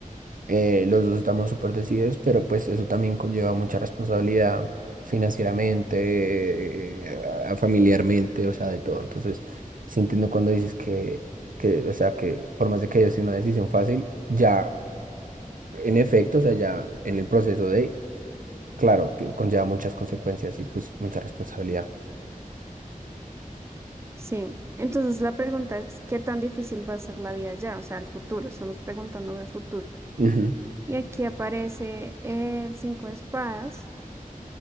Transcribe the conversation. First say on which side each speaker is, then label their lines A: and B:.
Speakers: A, on the right; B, on the right.
A: Eh, los dos estamos súper decididos, pero pues eso también conlleva mucha responsabilidad financieramente, eh, a- familiarmente, o sea, de todo. Entonces, sí entiendo cuando dices que, que, o sea, que por más de que haya sido una decisión fácil, ya en efecto, o sea, ya en el proceso de, claro, te- conlleva muchas consecuencias y pues mucha responsabilidad.
B: Sí, entonces la pregunta es, ¿qué tan difícil va a ser la vida ya? O sea, el futuro, estamos preguntando del futuro.
A: Ujú.
B: Y aquí aparece el cinco de espadas.